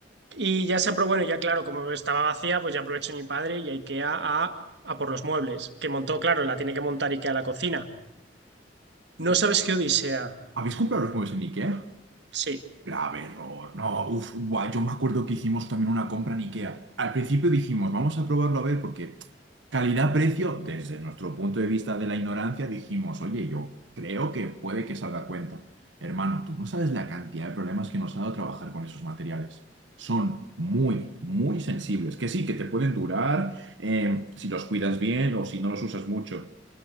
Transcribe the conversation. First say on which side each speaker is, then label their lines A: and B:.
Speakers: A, on the right; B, on the right.
A: Y ya se aprobó, bueno, ya claro, como estaba vacía, pues ya aprovechó mi padre y a IKEA a, a por los muebles. Que montó, claro, la tiene que montar IKEA a la cocina No
B: Pues,
A: sabes qué Odisea.
B: ¿habéis comprado los muebles en Ikea?
A: Sí.
B: Grave error. No, uff, yo me acuerdo que hicimos también una compra en IKEA. Al principio dijimos, vamos a probarlo a ver, porque calidad-precio, desde nuestro punto de vista de la ignorancia, dijimos, oye, yo creo que puede que salga a cuenta. Hermano, tú no sabes la cantidad de problemas que nos ha dado trabajar con esos materiales. Son muy, muy sensibles. Que sí, que te pueden durar eh, si los cuidas bien o si no los usas mucho